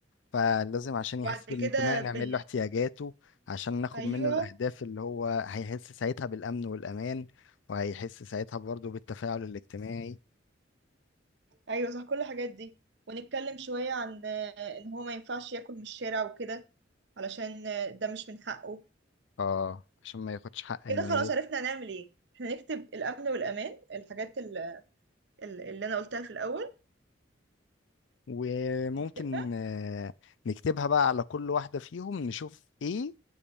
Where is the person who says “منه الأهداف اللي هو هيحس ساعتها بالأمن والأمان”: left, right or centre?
Left